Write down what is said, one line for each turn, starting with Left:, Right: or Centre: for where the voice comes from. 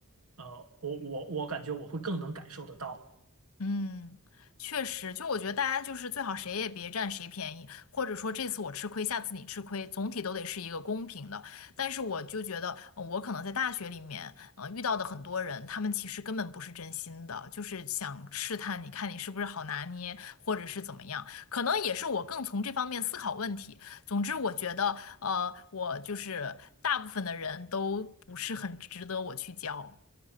Right: 呃，我我我感觉我会更能感受得到
Left: 嗯，确实，就我觉得大家就是最好谁也别占谁便宜，或者说这次我吃亏，下次你吃亏，总体都得是一个公平的。但是我就觉得，呃我可能在大学里面，呃，遇到的很多人，他们其实根本不是真心的，就是想试探你看你是不是好拿捏，或者是怎么样。可能也是我更从这方面思考问题。总之，我觉得，呃，我就是大部分的人都不是很值得我去交。